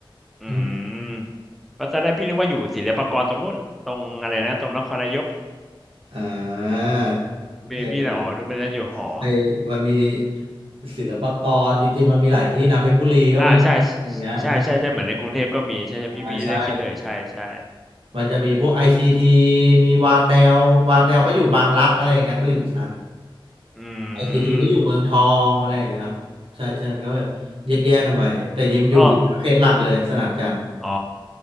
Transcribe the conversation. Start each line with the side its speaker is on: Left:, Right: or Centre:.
Centre: อื
Right: อื
Centre: มก็จะได้พี่นึกว่าอยู่ศิลปากรตรงนู้นตรงอะไรนะตรงนครนายก
Right: อ่า
Centre: เบบี้ละอ๋อนึกว่าน่จะอยู่หอ
Right: ไอไอมันมีศิลปากรจริงๆมันมีหลายที่นะเพชรบุรีก็มีอะไรเงี้ยฮะ
Centre: อ่าใช่ใช่ใช่ใช่ใช่เหมือนในกรุงเทพก็มีใช่ใช่พี่พี่นั่งคิดเออใช่ใช่
Right: อ่าใช่มันจะมีพวกไอซีทีมีวาแตววาแตวก็อยู่บางรักอะไรอย่างเงี้ยตลิ่งชัน
Centre: อื
Right: ไอซีทีก็อยู่เมืองทองอะไรอย่างเงี้ยครับใช่ใช่มันก็แบบแยกแยกกันไปแต่ฮิมอยู่วิทยาเขตหลักเลยสนามจันทร์
Centre: มอ๋ออ๋อ